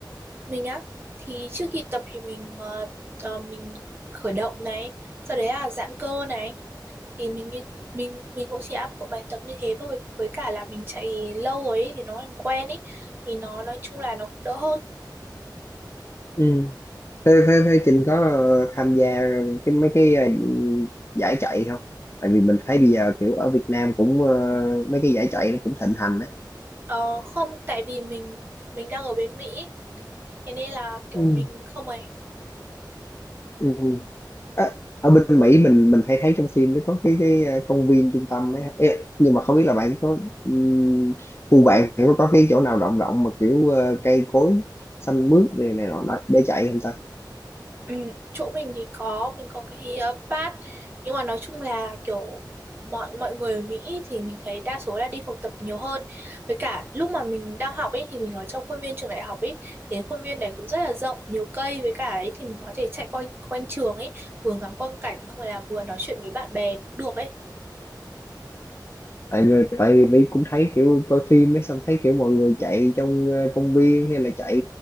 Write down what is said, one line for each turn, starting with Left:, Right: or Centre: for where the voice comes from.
Right: Mình á thì trước khi tập thì mình ờ, ờ, mình khởi động này, sau đấy là giãn cơ này thì mình như mình mình cũng chỉ áp dụng bài tập như thế thôi với cả là mình chạy lâu rồi ấy, thì nó thành quen ấy thì nó nói chung là nó cũng đỡ hơn.
Left: Ừ. Thế, thế, thế Trinh có ờ, tham gia cái mấy cái ờ, giải chạy không? Tại vì mình thấy bây giờ kiểu ở Việt Nam cũng ờ, mấy cái giải chạy nó cũng thịnh hành á.
Right: Ờ, không tại vì mình mình đang ở bên Mỹ thế nên là kiểu
Left: Ừ.
Right: mình không ấy
Left: Ừ. Ờ, ở bên Mỹ mình mình hay thấy trong phim nó có cái cái ờ, công viên trung tâm ấy. Ê, nhưng mà không biết là bạn có ừm, khu bạn có có cái chỗ nào rộng rộng mà kiểu ờ, cây cối xanh mướt này này nọ nọ để chạy không ta?
Right: Ừ, chỗ mình thì có mình có cái uh, pass nhưng mà nói chung là kiểu mọi mọi người ở Mỹ thì mình thấy đa số là đi phòng tập nhiều hơn với cả lúc mà mình đang học ấy thì mình ở trong khuôn viên trường đại học ấy thì khuôn viên này cũng rất là rộng nhiều cây với cả đấy thì mình có thể chạy quanh quanh trường ấy vừa ngắm quang cảnh xong rồi là vừa nói chuyện với bạn bè cũng được ấy
Left: tại người tại vì cũng thấy kiểu coi phim ấy xong thấy kiểu mọi người chạy trong ờ, công viên hay là chạy